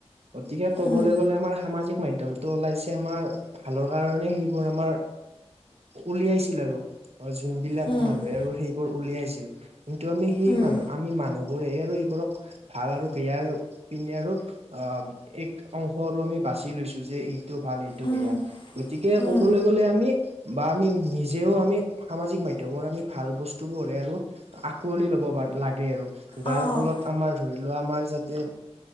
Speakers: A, on the right (about 65°); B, on the left (about 45°).
A: অতিকে কবলৈ
B: উম
A: গলে আমাৰ সামাজিক মাধ্যমত ওলাইছে আমাৰ ভালৰ কাৰণে সেইবোৰ আমাৰ, উলিয়াইছিল আৰু। অ যোন বিলাক
B: উম
A: মানুহে আৰু সেইবোৰ উলিয়াইছিল, কিন্তু আমি সেই
B: উম
A: মানুহ আমি মানুহ বোৰে আৰু এইবোৰক ভাল আৰু বেয়াৰু পিনে আৰু অ এক অংশ আৰু আমি বাচি লৈছো যে' এই এইটো ভাল, এইটো
B: উম
A: বেয়া গতিকে'
B: উম
A: ক'বলৈ গ'লে আমি বা আমি নিজেও আমি সামাজিক মাধ্যমৰ আমি ভাল বস্তু বোৰহে আৰু আকোৱালি ল'ব প লাগে আৰু। যাৰ
B: অঁ
A: ফলত আমাৰ ধৰি লোৱা আমাৰ যাতে